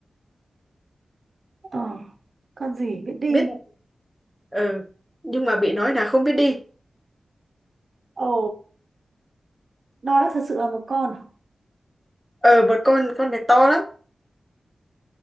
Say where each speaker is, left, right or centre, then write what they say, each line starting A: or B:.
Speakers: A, on the right (about 45°); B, in the centre.
A: ờ, con gì biết đi
B: biết ừ nhưng mà bị nói là không biết đi
A: ồ nó đã thật sự là một con à?
B: ờ một con con này to lắm